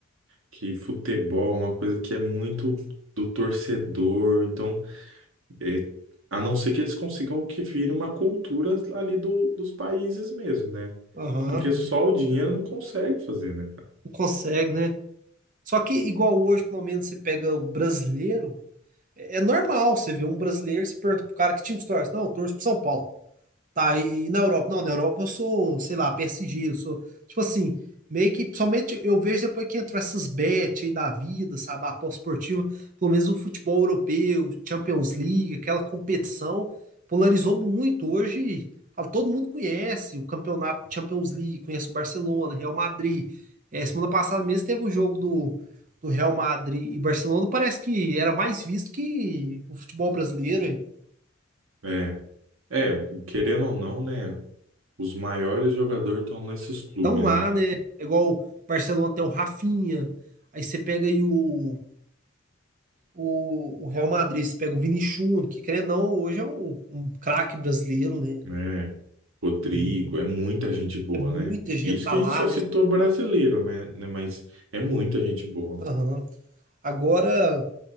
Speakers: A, on the right; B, on the right.
A: que futebol é uma coisa que é muito do torcedor, então, é, a não ser que eles consigam que vire uma cultura ali do, dos países mesmo, né?
B: Aham.
A: Porque só o dinheiro não consegue fazer, né, cara?
B: Não consegue, né? Só que igual hoje, pelo menos, você pega o brasileiro, é é normal você ver um brasileiro, você pergunta pro cara que time você torce. Não, eu torço pro São Paulo. Tá, e na Europa? Não, na Europa eu sou, sei lá, PSG, eu sou, tipo assim, meio que somente eu vejo depois que entrou essas bets aí da vida, sabe, a aposta esportiva, pelo menos o futebol europeu, Champions League, aquela competição, polarizou muito. Hoje, fala, todo mundo conhece o campeonato Champions League, conhece o Barcelona, Real Madrid. É, semana passada mesmo teve o jogo do, do Real Madrid e Barcelona, parece que era mais visto que o futebol brasileiro. hein?
A: É, é, querendo ou não, né? Os maiores jogadores estão nesses clubes,
B: Estão lá,
A: né?
B: né? É Igual o Barcelona tem o Rafinha. Aí você pega aí o, o, o Real Madrid, você pega o Vini Júnior, que querendo ou não, hoje é um, um craque brasileiro, né?
A: né? Rodrigo,
B: Uhum.
A: é muita gente boa,
B: É muita
A: né?
B: gente
A: Isso
B: tá
A: que
B: lá,
A: a gente só
B: né?
A: citou brasileiro, né? né, Mas é muita gente boa.
B: Aham. Agora,